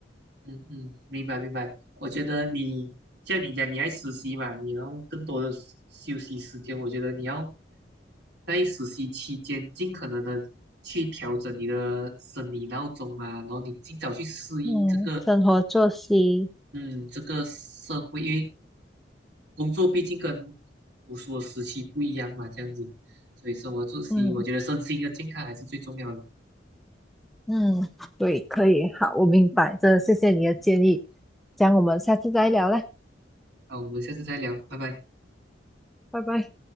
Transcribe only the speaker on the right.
嗯嗯，明白明白。我觉得你像你讲，你爱实习嘛，你要更多的休休息时间。我觉得你要在实习期间尽可能的去调整你的生理闹钟啊，然后你尽早去适应这个
嗯这个社会，因为工作毕竟跟读书的时期不一样嘛，这样子。所以生活作息，
我觉得身心的健康还是最重要的。
好，我们下次再聊，拜拜。